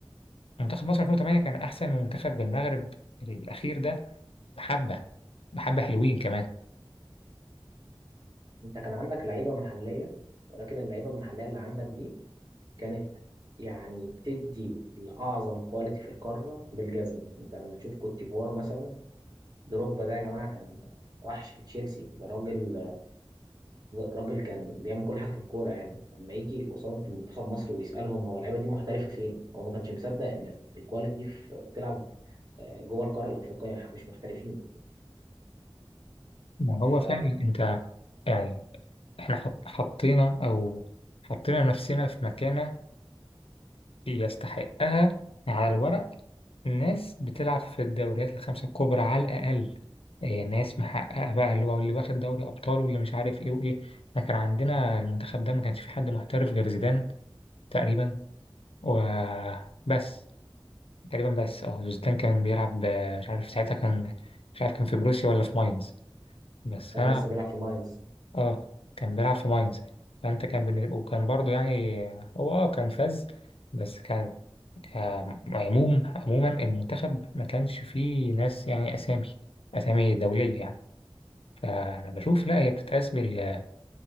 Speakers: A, on the left; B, on the right.
A: منتخب مصر 2008 كان احسن من منتخب المغرب الاخير ده بحبه بحبه حلوين كمان
B: انت كان عندك لعيبه محليه ولكن اللعيبه المحليه اللي عندك دي كانت يعني بتدي لاعظم كواليتي في القاره بالجزمه انت لما تشوف كوت ديفوار مثلا دروجبا ده يا جماعه كان وحش في تشيلسي ده راجل راجل كان بيعمل كل حاجه في الكوره يعني لما يجي قصاد منتخب مصر ويسالهم هو اللعيبه دي محترفه فين هو ما كانش مصدق ان الكواليتي دي في- بتلعب آه، جوه القاره الافريقيه مش محترفين
A: ما
B: ف
A: هو فعلا انت يعني احنا حط- حطينا او حطينا نفسنا في مكانه يستحقها على الورق ناس بتلعب في الدوريات الخمسة الكبرى على الأقل إيه ناس محققة بقى اللي هو اللي واخد دوري أبطال واللي مش عارف إيه وإيه إحنا كان عندنا المنتخب ده ما كانش فيه حد محترف غير زيدان تقريبا وبس تقريبا بس أه زيدان كان بيلعب آه، مش عارف ساعتها كان مش عارف كان في بروسيا ولا في ماينز بس
B: كان
A: أنا
B: لسه بيلعب في ماينز
A: اه كان بيلعب في ماينز فانت كان بالنسبة وكان برضو يعني هو اه كان فاز بس كان كعموم عموما المنتخب ما كانش فيه ناس يعني اسامي اسامي دولية يعني فانا بشوف لا هي بتتقاس بال